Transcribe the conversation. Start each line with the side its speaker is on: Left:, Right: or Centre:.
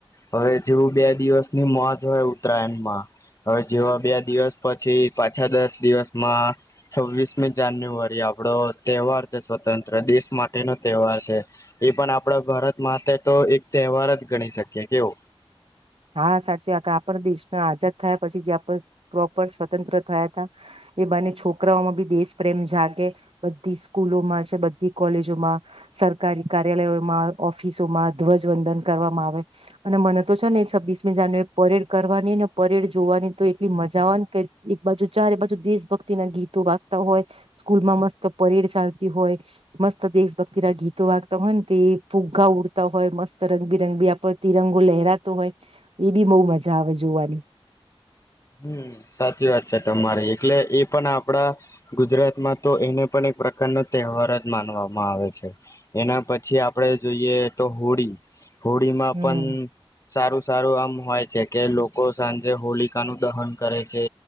Left: હવે જેવું બે દિવસની મોજ હોય ઉત્તરાયણમાં હવે જેવા બે દિવસ પછી પાછા દસ દિવસમાં છવ્વીસમી જાન્યુઆરી આપડો તહેવાર છે સ્વતંત્ર દેશ માટેનોો તહેવાર છે એ પણ આપડા ભારત માટે તો એક તહેવાર જ ગણી શકીએ કેવો
Right: હા સાચી વા આપણા દેશના આઝાદ થયા પછી જે આપ પ્રોપર સ્વતંત્ર થયા હતા એ બને છોકરાઓમાં બી દેશ પ્રેમ જાગે બધી સ્કૂલોમાં છે બધી કોલેજોમાં સરકારી કાર્યાલયોમાં ઓફિસોમાં ધ્વજવંદન કરવામાં આવે અને મને તો છે ને છવ્વીસમી જાન્યુઆરી પરેડ કરવાની ને પરેડ જોવાની તો એટલી મજા આવેવા ને કઈ એક બાજુ ચારે બાજુ દેશભક્તિના ગીતો વાગતા હોય સ્કૂલમાં મસ્ત પરેડ ચાલતી હોય મસ્ત દેશભક્તિ ના ગીતો વાગતા હોય ને તે ફુગ્ગા ઉડતા હોય મસ્ત રંગબિરંગ બી આપડ તિરંગો લહેરાતો હોય એ બી બહુ મજા આવે જોવાની
Left: હમ સાચી વાત છે તમારી એટલે એ પણ આપડા ગુજરાતમાં તો એને પણ એક પ્રકારનો તહેવાર જ માનવામાં આવે છે એના પછી આપડે જોઈએ તો હોળી હોળીમાં
Right: હમ
Left: પણ સારું સારું આમ હોય છે કે લોકો સાંજે હોલી નું દહન કરે છે,